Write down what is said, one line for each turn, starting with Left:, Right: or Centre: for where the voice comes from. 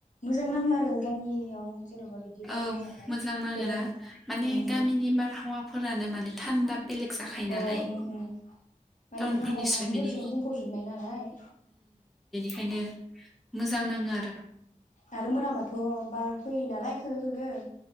Left: जां नाङो आरो गामियाव। जेन'बा बिदि बारहावा
Centre: औ
Left: जानाय
Centre: मोजां नाङो
Left: बेरायनो
Centre: ना माने
Left: उम
Centre: गामिनि बारहावाफोरानो माने थानदा बेलेग जाखायो
Left: अ
Centre: नालाय
Left: ओं ओं माने
Centre: टाउनफोरनिस्राय
Left: बिफां लाइफांफोरजों
Centre: बिनि
Left: बुंफबजोबनाय नालाय
Centre: ओंखायनो मोजां नाङो आरो।
Left: आरो मोनाबाथ' बार फैयो नालाय खोलो खोलो